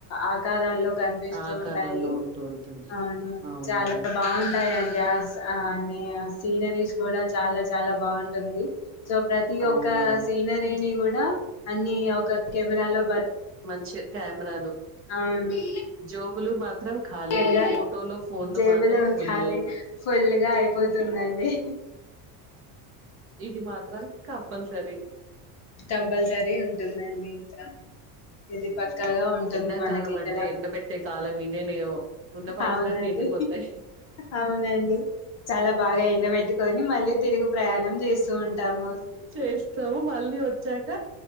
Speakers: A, on the left (about 35°); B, on the right (about 30°).
A: ఆకారాలు కనిపిస్తూ
B: ఆకారాల్లో
A: ఉంటాయి
B: ఉంటూ ఉంటుంది.
A: అవును
B: అవునవును.
A: చాలా బాగుంటాయి అండ్ గ్యాస్ ఆహ్ అనే సీనరీస్ కూడా చాలా చాలా బాగుంటుంది. సో ప్రతి
B: అవునవును.
A: ఒక్క సీనరిస్ కూడా అన్ని ఒక కెమెరా లో
B: మంచి కెమెరాలు
A: అవును
B: జోబులు మా మాత్రం ఖాళీ
A: కెమెరా
B: ఫోటో లో ఫోన్లు
A: జేబులో
B: మాత్రం ఫుల్
A: ఖాళీ ఫుల్ గా అయిపోతుందండి
B: ఇది మాత్రం కంపల్సరీ
A: కంపల్సరీ ఉంటుందండి ఇంకా ఇది
B: హ్మ్
A: పక్కాగా ఉంటుంది
B: ఎండాకాలం
A: మనకి ఇక్కడ
B: అంటే ఎండబెట్టే కాలం ఇదేనేమో ఉన్న పైసలన్నీ
A: అవునండి
B: ఎండిపోతాయి
A: అవునండి చాలా బాగా ఎండబెట్టుకొని మళ్ళీ తెిగు ప్రయాణం చేస్తూ ఉంటాము
B: చేస్తాము మళ్ళీ వచ్చాక